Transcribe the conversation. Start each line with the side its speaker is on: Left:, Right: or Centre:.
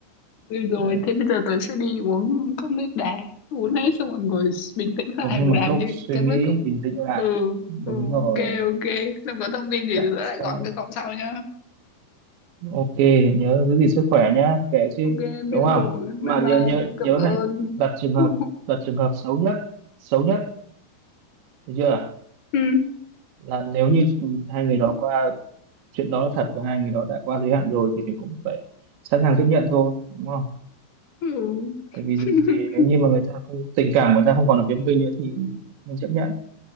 Left: Ừ rồi
Right: Đấy.
Left: thế bây giờ tớ sẽ đi uống cốc nước đá uống hết xong rồi ngồi bình tĩnh lại
Right: Dùng thêm
Left: và
Right: bằng
Left: làm
Right: cốc
Left: như
Right: suy
Left: cái
Right: nghĩ
Left: bước cậu
Right: bình tĩnh lại.
Left: ừ
Right: Đúng
Left: ừ
Right: rồi.
Left: ok ok xong có thông tin gì thì tớ
Right: Sau
Left: lại gọi
Right: đó-
Left: cho cậu sau nhá
Right: Ok, nhớ giữ gìn sức khỏe nhá, kệ chứ,
Left: ok
Right: đúng
Left: biết
Right: không?
Left: rồi
Right: Mà
Left: bye
Right: nhớ
Left: bye
Right: nhớ
Left: cảm
Right: nhớ
Left: ơn
Right: này, đặt
Left: <laughs>
Right: trường hợp
Left: ừ
Right: đặt trường hợp xấu nhất, xấu nhất, được chưa?
Left: ừ
Right: là nếu
Left: ừ
Right: như hai người đó qua chuyện đó là thật và hai người đó đã qua giới hạn rồi thì mình cũng phải sẵn sàng chấp nhận thôi đúng không
Left: Ừ.
Right: tại vì
Left: <laughs>
Right: dù gì nếu như mà người ta không tình cảm của người ta không còn ở phía mình nữa thì mình chấp nhận